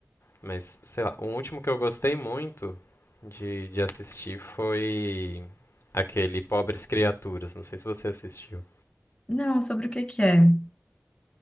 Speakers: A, on the left (about 70°); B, on the left (about 20°).
A: Mas, sei lá, o último que eu gostei muito de, de assistir foi aquele Pobres Criaturas. Não sei se você assistiu.
B: Não, sobre o que que é?